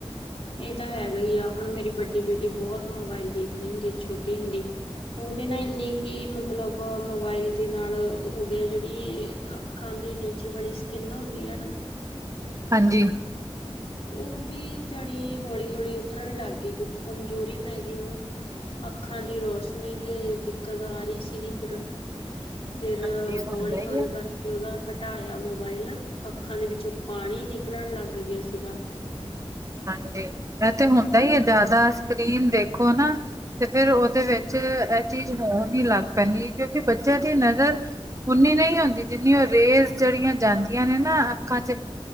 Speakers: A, on the left; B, on the right.
A: ਇਹ ਤਾਂ ਹੈਗਾ ਹੀ ਆ, ਹੁਣ ਮੇਰੀ ਵੱਡੀ ਬੇਟੀ ਬਹੁਤ ਮੋਬਾਇਲ ਦੇਖਦੇ ਹੁੰਦੀ ਛੋਟੀ ਹੁੰਦੀ। ਉਹਦੇ ਨਾ ਇੰਨੇ ਕਿ, ਮਤਲਬ ਮੋਬਾਇਲ ਦੇ ਨਾਲ ਹੋਗਿਆ ਜਿਹੜੀ ਅੱਖਾਂ ਦੀ ਨੀਚੇ ਵਾਲੀ ਸਕਿੰਨ ਹੁੰਦੀ ਹੈ ਨਾ
B: ਹਾਂਜੀ
A: ਉਹ ਵੀ ਜਾਣੀ ਹੌਲੀ ਹੌਲੀ ਉਤਰਨ ਲੱਗ ਗਈ ਕਿਉਂਕਿ ਕਮਜ਼ੋਰੀ ਪੈ ਗਈ ਉਨੂੰ ਅੱਖਾਂ ਦੀ ਰੋਸ਼ਨੀ ਤੇ ਦਿੱਕਤ ਆ ਰਹੀ ਸੀਗੀ ਫਿਰ ਫਿਰ
B: ਹਾਂਜੀ ਹੁੰਦਾ
A: ਹੌਲੀ ਹੌਲੀ
B: ਹੀ ਆ
A: ਕਰਕੇ ਕੇ ਉਹਦਾ ਘਟਾਇਆ ਮੋਬਾਇਲ ਅੱਖਾਂ ਦੇ ਵਿੱਚੋਂ ਪਾਣੀ ਨਿਕਲਣ ਲੱਗ ਗਿਆ ਸੀ। ਸੀਗਾ
B: ਹਾਂਜੀ ਇਹ ਤੇ ਹੁੰਦਾ ਹੀ ਆ ਜ਼ਿਆਦਾ ਸਕਰੀਨ ਦੇਖੋ ਨਾ ਤੇ ਫਿਰ ਉਹਦੇ ਵਿੱਚ ਇਹ ਚੀਜ਼ ਹੋ ਨਹੀਂ ਲੱਗ ਪੈਂਣੀ ਹੈ ਕਿਉਂਕਿ ਬੱਚਿਆਂ ਦੀ ਨਜ਼ਰ ਉਨੀ ਨਹੀਂ ਹੁੰਦੀ ਜਿੰਨੀ ਉਹ ਰੇਸ ਜਿਹੜੀਆਂ ਜਾਂਦੀਆਂ ਨੇ ਨਾ ਅੱਖਾਂ ਚ